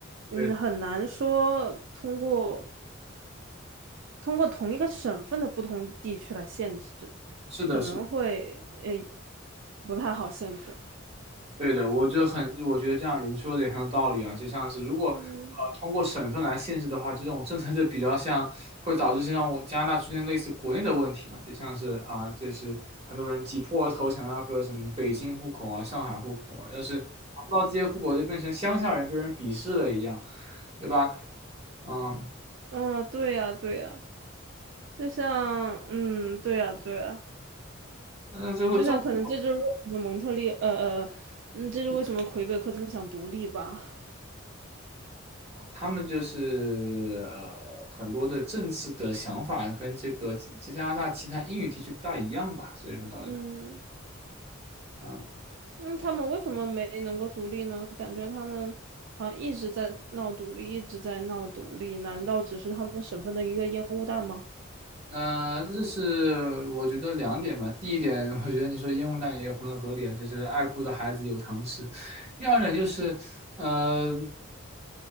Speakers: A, on the right; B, on the right.
A: 嗯，
B: 对，
A: 很难说通过通过同一个省份的不同地区来限制，
B: 是的，
A: 可能会呃
B: 是
A: 不太好限制。
B: 对的，我就很，我觉得这样你说的也很有道理啊。就像是如果呃
A: 嗯，
B: 通过省份来限制的话，这种政策就比较像会导致像我加拿大出现类似国内的问题了，就像是啊，就是很多人挤破头想要个什么北京户口啊、上海户口啊，要是拿不到这些户口，就变成乡下人被人鄙视了一样，对吧？嗯，
A: 哦，对呀，对呀。就像，嗯，对呀，对呀，
B: 那最后最后
A: 就像可能这就是为什么蒙特利，呃呃，嗯，这就是为什么魁北克这么想独立吧，
B: 他们就是呃很多的政策的想法跟这个加拿大其他英语地区不大一样吧，所以会导致他。
A: 嗯，
B: 嗯
A: 那他们为什么没能够独立呢？感觉他们好像一直在闹独立，一直在闹独立，难道只是他们省份的一个烟雾弹吗？
B: 那、这是我觉得两点吧。第一点，我觉得你说烟雾弹也有很合理啊，就是爱哭的孩子有糖吃。第二点就是，呃，